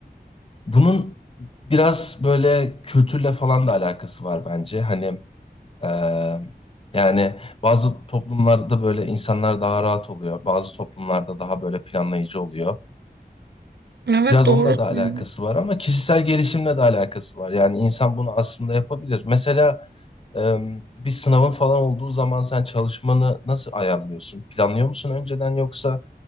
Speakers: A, on the left (about 35°); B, on the right (about 80°).
A: bunun biraz böyle kültürle falan da alakası var bence. Hani eee, yani bazı toplumlarda böyle insanlar daha rahat oluyor. Bazı toplumlarda daha böyle planlayıcı oluyor.
B: Evet
A: Biraz
B: doğru.
A: onunla da alakası
B: diyorsun.
A: var ama kişisel gelişimle de alakası var. Yani insan bunu aslında yapabilir. Mesela ee, bir sınavın falan olduğu zaman sen çalışmanı nasıl ayarlıyorsun? Planlıyor musun önceden yoksa